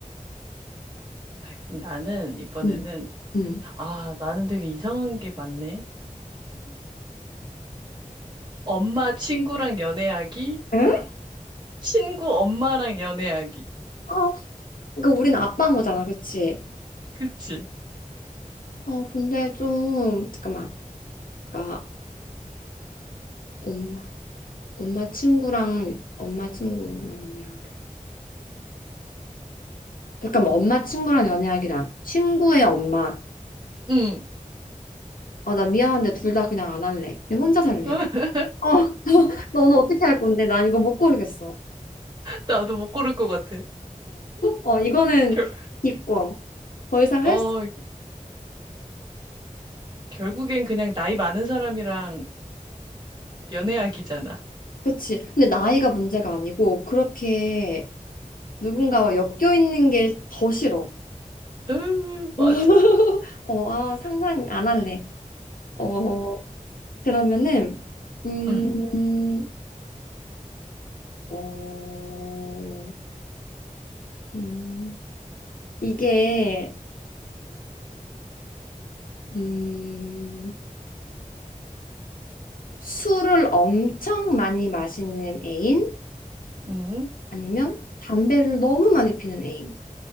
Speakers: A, on the right (about 30°); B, on the left (about 85°).
A: 자, 그럼 나는 이번에는,
B: 음, 음.
A: 아, 나는 되게 이상한 게 많네. 엄마 친구랑 연애하기,
B: 응?
A: 친구 엄마랑 연애하기.
B: 어, 그러니까 우리는 아빠인 거잖아, 그치?
A: 그치?
B: 어, 근데 좀 잠깐만. 그러니까 엄마, 엄마 친구랑 엄마 친구랑 연애하기. 잠깐만, 엄마 친구랑 연애하기랑 친구의 엄마.
A: 응.
B: 아, 나 미안한데 둘 다 그냥 안 할래. 그냥 혼자 살래.
A: <laughs>
B: 어, <laughs> 너는 어떻게 할 건데? 난 이거 못 고르겠어.
A: 나도 못 고를 것 같아.
B: 어, 이거는
A: 결,
B: 기권. 더 이상
A: 어,
B: 할 수,
A: 결국엔 그냥 나이 많은 사람이랑 연애하기잖아.
B: 그치. 근데 나이가 문제가 아니고, 그렇게 누군가와 엮여 있는 게 더 싫어.
A: 으, 맞아.
B: <laughs> 어, 아, 상상 안 할래. 어, 그러면은, 음,
A: 응,
B: 어, 음, 이게, 음, 술을 엄청 많이 마시는 애인?
A: 응.
B: 아니면 담배를 너무 많이 피는 애인?